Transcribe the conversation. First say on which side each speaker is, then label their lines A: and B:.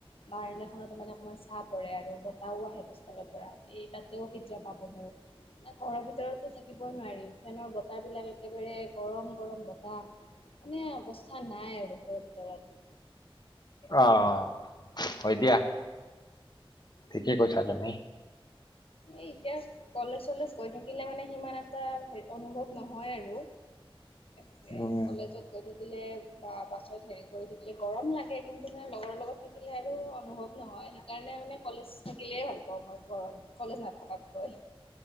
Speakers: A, on the left; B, on the left.
A: বাৰানাখনত তাৰ মানে অকনমান ছাঁহ পৰে আৰু বতাহও আহে পিছ, ফালৰ পৰা এই তাতেও কেতিয়া বহোঁ। ঘৰৰ ভিতৰতো থাকিবই নোৱাৰি, ফেনৰ বতাহ বিলাক একেবাৰে গৰম গৰম বতাহ। মানে অৱস্থা নাই আৰু ঘৰ ভিতৰত।
B: অ' হয় দিয়া। ঠিকেই
A: উম
B: কৈছা তুমি।
A: এই এতিয়া কলেজ চলেজ গৈ থাকিলে মানে সিমান এটা হে অনুভৱ নহয় আৰু, সেইটোৱে
B: উম
A: কলেজত, গৈ থাকিলে বা পাছত হেৰি কৰি থাকিলে, গৰম লাগে কিন্তু মানে লগৰ লগত থাকিল থাকিলে আৰু অনুভৱ নহয়, সেইকাৰণে মানে কলেজ থাকিলেই ভাল পাওঁ মই গৰম। কলেজ নাথকাতকৈ,